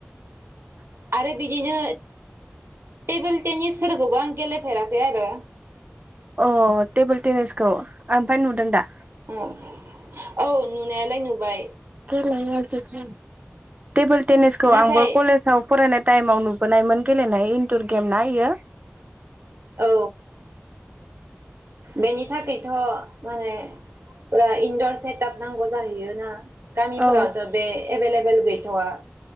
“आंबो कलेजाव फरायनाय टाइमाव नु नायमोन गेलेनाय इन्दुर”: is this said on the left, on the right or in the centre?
Right